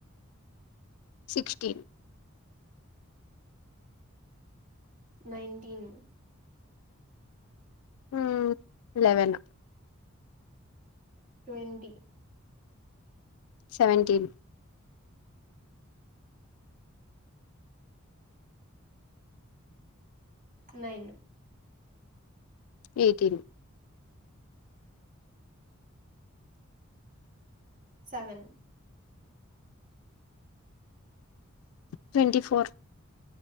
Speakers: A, on the left; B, on the right.
A: సిక్స్టీన్
B: నేన్టీన్
A: హ్మ్ eleven
B: twenty
A: seventeen
B: nine
A: eighteen
B: seven
A: twenty four